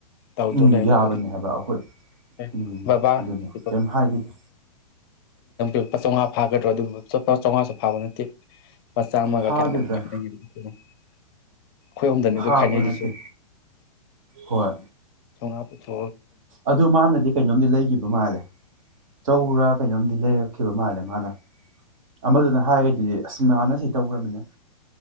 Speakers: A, on the left (about 35°); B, on the right (about 55°).
A: ꯇꯧꯗꯣ
B: ꯎꯝ
A: ꯂꯩꯕ
B: ꯌꯥꯕꯅꯦ
A: ꯄꯣꯠꯕꯕꯥꯕꯕꯥ
B: ꯍꯥꯏꯕ ꯑꯩꯈꯣꯏ ꯎꯝ ꯑꯗꯨꯅꯦ
A: ꯁꯤ
B: ꯀꯩꯝ ꯍꯥꯏꯈꯤꯗꯦ
A: ꯂꯨꯄꯥ ꯆꯥꯝꯉꯥ ꯐꯥꯗ꯭ꯔꯥ ꯑꯗꯨꯕꯨ ꯂꯨꯄꯥ ꯆꯥꯝꯃꯉꯥꯁꯨ ꯐꯥꯕ ꯅꯠꯇꯦ ꯐꯁ ꯆꯥꯃꯒ
B: ꯐꯥꯗꯦꯗ
A: ꯀꯌꯥ ꯣ ꯑꯩꯈꯣꯏ ꯑꯣꯝꯗꯅꯦ ꯑꯗꯨ
B: ꯐꯥꯕ
A: ꯈꯥꯏꯅꯩꯗꯨꯁꯨ
B: ꯅꯠꯇꯦ ꯍꯣꯏ
A: ꯁꯣꯉꯥ ꯄꯨꯊꯣ
B: ꯑꯗꯨ ꯃꯥꯅꯗꯤ ꯀꯩꯅꯣꯝꯗꯤ ꯂꯩꯒꯤꯈꯤꯕ ꯃꯥꯜꯂꯦ ꯆꯧꯔ ꯀꯩꯅꯣꯝꯗꯤ ꯂꯩꯔꯛꯈꯤꯕ ꯃꯥꯜꯂꯦ ꯃꯥꯅ ꯑꯃꯗꯨꯅ ꯍꯥꯏꯔꯦꯗꯨꯗꯤ ꯑꯁ ꯃꯥꯅ ꯁꯤ ꯇꯧꯈ꯭ꯔꯅꯤꯅ